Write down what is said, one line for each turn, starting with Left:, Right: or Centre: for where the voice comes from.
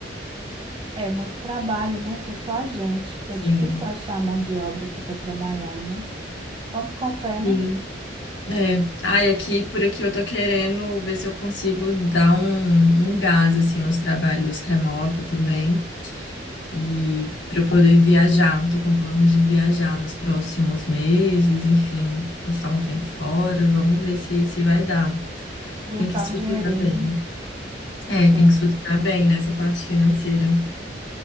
Right: É muito trabalho, né? Que é só a gente, porque
Left: Sim.
Right: é difícil achar mão de obra aqui para trabalhar, mas vamos com fé,
Left: Sim.
Right: né?
Left: É, ai, aqui, por aqui eu tô querendo ver se eu consigo dar um, um gás, assim, nos trabalhos remoto também, e para eu poder viajar, tô com planos de viajar nos próximos meses, enfim, passar um tempo
Right: Ju-
Left: fora, vamos ver se, se vai dar.
Right: Juntar
Left: Tem que estruturar
Right: um dinheirinho,
Left: bem. É, tem
Right: tem.
Left: que estruturar bem nessa parte financeira.